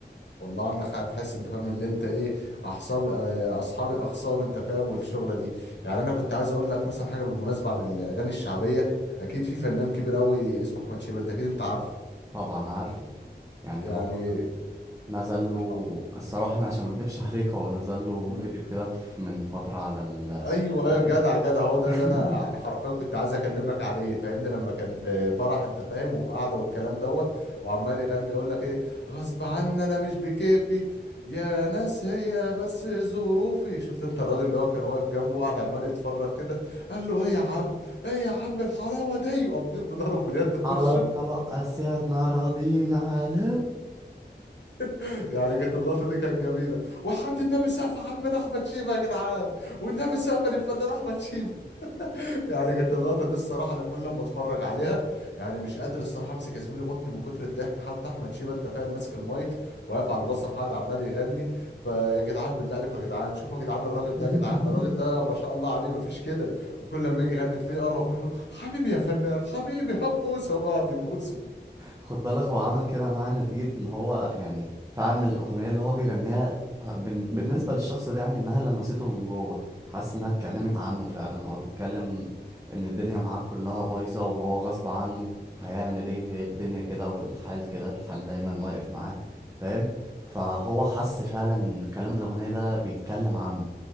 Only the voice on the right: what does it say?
طبعا عارفه يعني
هو نزل له
الصراحة أنا عشان ما أكدبش عليك هو نزل له
فيديو كده ف- من فترة على السوشيال
ميديا
<laughs>
على
الطلاق أسعدنا راضين عليك
<laughs>
خد بالك هو عمل كده معاه نتيجة ان هو يعني فعلا الأغنية اللي هو بيغنيها بن- بالنسبة للشخص ده يعني انها لمسته من جوه حاسس انها اتكلمت عنه فعلا هو بيتكلم ان الدنيا معاه كلها بايظة وهو غصب عنه هيعمل ايه هي الدنيا كده والحال كده الحال دايما واقف معاه فاهم فهو حس فعلا إن كلام الأغنية ده بيتكلم عنه